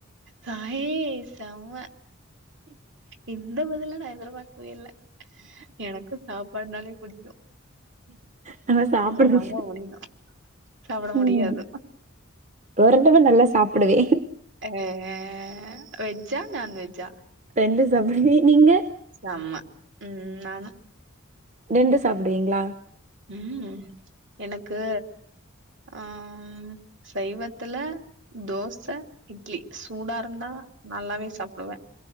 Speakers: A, on the right; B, on the right.
A: ஹாயே செம்ம இந்த பதில நா எதிர்பாக்கவே இல்ல எனக்கு சாப்பாட்னாலே புடிக்கு
B: நம்ம சாப்ர <inaudible>
A: ரொம்ப புடிக்கு சாப்ட
B: ம்
A: முடியாது
B: தொரந்தது நல்லா சாப்புடுவே
A: ஆ ஆ ஆ வெஜ்ஜா நான்வெஜ்ஜா
B: ரெண்டு சாப்டுவே நீங்க
A: செம்ம ம் நானு
B: நெண்டு சாப்புடுவீங்ளா
A: ம் எனக்கு அ ம் சைவத்துல தோச இட்லி சூடாருந்தா நல்லாவே சாப்புடுவே